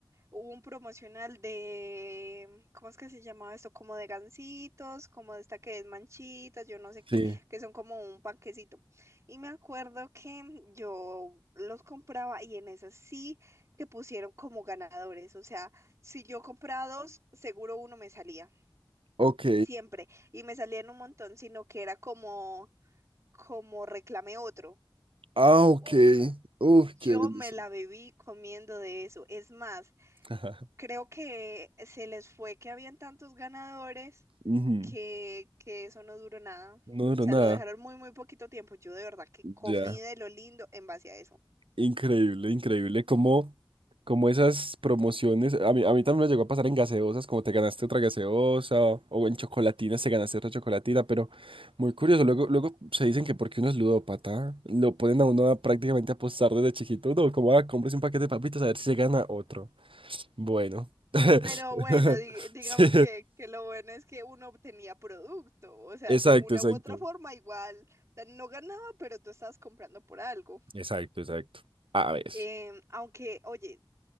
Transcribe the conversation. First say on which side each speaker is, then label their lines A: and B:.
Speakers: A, on the right; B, on the right.
A: Hubo un promocional de, ¿cómo es que se llamaba esto? Como de gansitos, como de esta que es manchitas, yo no sé qué,
B: Sí.
A: que son como un panquecito. Y me acuerdo que yo los compraba y en esas sí que pusieron como ganadores. O sea, si yo compraba dos, seguro uno me salía,
B: Ok.
A: siempre. Y me salían un montón, sino que era como, como reclame otro.
B: Ah, ok.
A: Uf,
B: Uf,
A: yo
B: qué bendición.
A: me la viví comiendo de eso. Es más.
B: <laughs> Ajá.
A: creo que se les fue que habían tantos ganadores
B: Ujú.
A: que, que eso no duró nada. O
B: No duró
A: sea,
B: nada,
A: lo dejaron muy, muy poquito tiempo. Yo de verdad que comí
B: ya.
A: de lo lindo en base a eso.
B: Increíble, increíble. Como, como esas promociones, a mí, a mí también me llegó a pasar en gaseosas, como te ganaste otra gaseosa, o en chocolatinas te ganaste otra chocolatina, pero muy curioso. Luego, luego se dicen que porque uno es ludópata, lo ponen a uno a prácticamente apostar desde chiquito. No, como a compres un paquete de papitas a ver si se gana otro. Bueno. <laughs>
A: Pero bueno, di- digamos
B: Sí.
A: que, que lo bueno es que uno obtenía producto, o sea,
B: Exacto,
A: de una
B: exacto.
A: u otra forma igual, o sea, no ganaba, pero tú estabas comprando por algo.
B: Exacto, exacto. A ver.
A: Em, aunque, oye,